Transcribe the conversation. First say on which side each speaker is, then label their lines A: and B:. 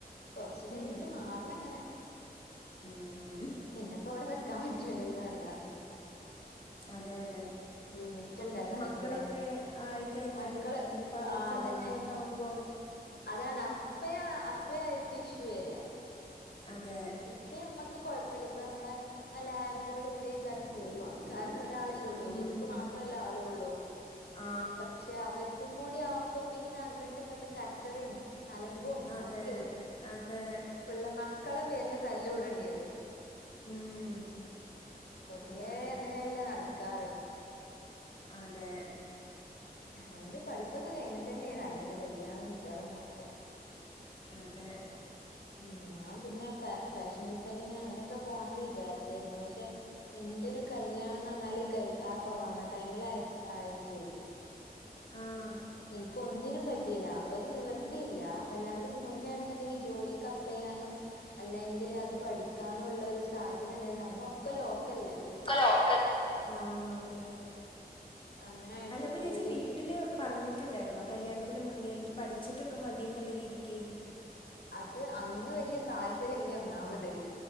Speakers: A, on the left; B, on the left.
A: കൊറച്ച് കഴിഞ്ഞിട്ട്
B: ഉം,
A: മാറണം ങ്ങനെ
B: ഉം.
A: പിന്നപ്പോ അവ്ടെ നിക്കാ പറ്റൂലല്ലോ വല്ലാതെ
B: അതെ അതെ
A: ലിമിറ്റ്
B: പ്പം
A: ഉണ്ടല്ലോ
B: മക്കളൊക്കെ
A: നിക്കണേന്
B: ആയിക്കഴിഞ്ഞാലും
A: മക്കള്
B: ഇനിപ്പ അവര്ക്കും
A: ആ അതന്നെ
B: മക്കളൊക്കെ ആവുമ്പം
A: അതാണ് അപ്പയ അപ്പയായിരിക്കും ഇഷ്യു വര്യ
B: അതെ
A: ഇപ്പ നമ്മക്ക് കൊയപ്പല്ല ഇപ്പ നമ്മള് നല്ല ഹാപ്പിയോട് കൂട്യയ്കാരം പോവാ കാരണം ഒരാളല്ലൊള്ളൂ
B: ഉം,
A: ഇൻക്ക് മാത്രല്ലെ ആളള്ളൂ
B: ആ
A: പക്ഷെ അവർ ക്കും കൂടി ആകുമ്പോ പിന്നെ അങ്ങട്ട് ഇങ്ങട്ട് കച്ചറിയും അലമ്പ് ഔ
B: അതെ
A: അത്
B: അതെ
A: ഇപ്പൊള്ള മക്കളെ അയ്ൻ്റെ പേര്ല് തല്ലൂടണ്ടെയെരും
B: ഉം,
A: പൊതുവേ
B: അതാണ്
A: അങ്ങ അങ്ങനെയല്ലേ നടക്കാറ്
B: അതെ
A: അതോണ്ട് പഠിപ്പൊക്കെ കഴിഞ്ഞിട്ടന്യാ നല്ലത് കല്യാണും കുട്ട്യാളും ഒക്കെ
B: അതെ
A: ഉം ഞാൻ പിന്നെ ഫാഷൻ ഡിസൈനിങ് അങ്ങനെയൊക്കെ പോണംന്ന് വിചാരിച്ചായിരുന്നു പക്ഷെ ഇന്റോരു കല്യാണന്ന് പറഞ്ഞാല്ല് ആ കൊറോണ ടൈമിൽ ആയിട്ടേ
B: ആഹ്
A: ഇൻക് ഒന്നിനും പറ്റിയില്ല ഒരു നിവർത്തിയില്ല
B: ഓ
A: കല്യാണത്തിന് മുന്നേ ആണെന്ന്ണ്ടെങ്കിൽ ജോലിക്ക് ഒക്കെപ്ലെയ്യാനും അല്ലെങ്കിൽ അത് പഠിക്കാനുള്ള ഒരു സാഹചര്യം ഉണ്ടങ്കില് അന്ന് ഒക്കെ ലോക്കല്ലെ
B: ഒക്കെ ലോക്കൽആഹ് അതെ
A: അങ്ങനായിട്ട്
B: അല്ലപ്പ
A: കുറേ
B: ചേച്ചി വീട്ടില് പറഞ്ഞിട്ടുണ്ടായിരുന്നു കല്യാണത്തിന്റെ മുന്നേ എനിക്ക് പഠിച്ചിട്ടൊക്കെ മതീ ന്നുള്ള രീതിക്ക്
A: അത് അന്ന് വല്യ താല്പര്യല്ല ഒന്നാമത്